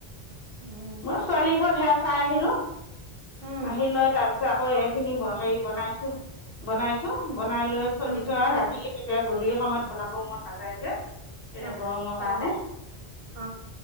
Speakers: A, on the right; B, on the left.
A: উম
B: মই ছোৱালী ঘৰত সেয়া খাই আহিলো।
A: উম
B: আহি লৈ তাৰপিছত আকৌ এইখিনি হেৰি বনাইছো বনাইছো
A: উম
B: বনাই লৈ থৈ
A: উম
B: দিছো আৰু ৰাতি তেতিয়া গধূলি সময়ত বনাব মন নাযায় যে তেয়া
A: অ
B: গৰমৰ কাৰণে।
A: অ অ